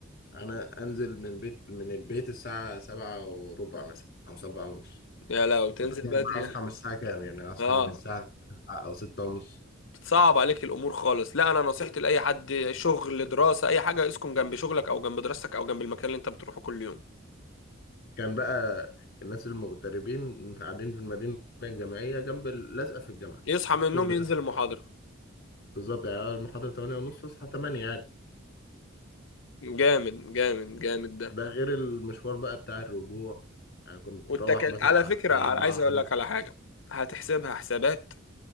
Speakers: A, on the left; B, on the left.
A: انا انزل من بيت من البيت الساعه 7 وربع مثلا او 7 ونص
B: يا لو تنزل
A: فتخيل
B: بدري
A: بقى اصحى من الساعه كام يعني اصحى
B: اه
A: من الساعه 7 او 6 ونص
B: بتصعب عليك الامور خالص لا انا نصيحتي لاي حد شغل دراسه اي حاجه اسكن جنب شغلك او جنب دراستك او جنب المكان اللي انت بتروحه كل يوم
A: كان بقى الناس المغتربين قاعدين في المدينة الجامعية جنب ال- لازقة في الجامعة
B: يصحى
A: في السور
B: من النوم
A: بتاعها
B: ينزل المحاضره
A: بالظبط يعني المحاضرة 8 ونص تصحى 8 عادي
B: جامد جامد جامد ده
A: ده غير المشوار بقى بتاع الرجوع يعني كنت
B: والتكل
A: بروح مثلا
B: على
A: على
B: فكره
A: الساعة
B: على-
A: 4
B: عايز
A: 5
B: اقول لك على حاجه هتحسبها حسابات